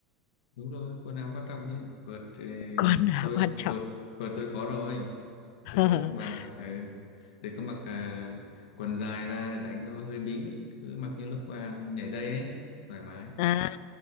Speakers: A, on the left (about 85°); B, on the left (about 60°).
A: đúng rồi quần áo quan trọng chứ vợt ờ,
B: <laughs> quần là
A: tôi
B: quan trọng
A: vợt vợt tôi có rồi
B: <laughs>
A: cứ bà ừ. đừng có mặc à, quần dài ra là đánh nó hơi bí cứ mặc như lúc bà nhảy dây ấy thoải mái
B: À,